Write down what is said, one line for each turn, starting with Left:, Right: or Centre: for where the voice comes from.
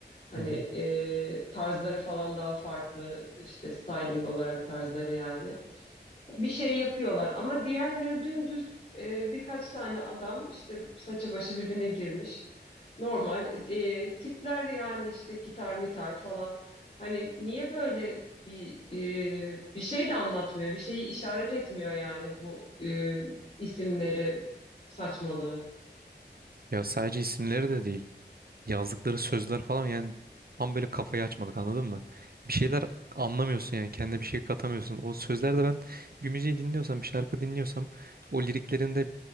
Left: Hani
Right: hı. hı.
Left: e, tarzları falan daha farklı. İşte styling olarak tarzları yani bir şey yapıyorlar ama diğerleri dümdüz e, birkaç tane adam işte saçı başı birbirine girmiş. Normal e, tipler yani işte gitar mitar falan. Hani niye böyle bir e, bir şey de anlatmıyor, bir şeyi işaret etmiyor yani bu e, isimleri saçmalığı.
Right: Ya sadece isimleri de değil. Yazdıkları sözler falan yani tam böyle kafayı açmadık anladın mı? Bir şeyler anlamıyorsun yani kendine bir şey katamıyorsun. O sözlerde ben bir müziği dinliyorsam, bir şarkı dinliyorsam o liriklerinde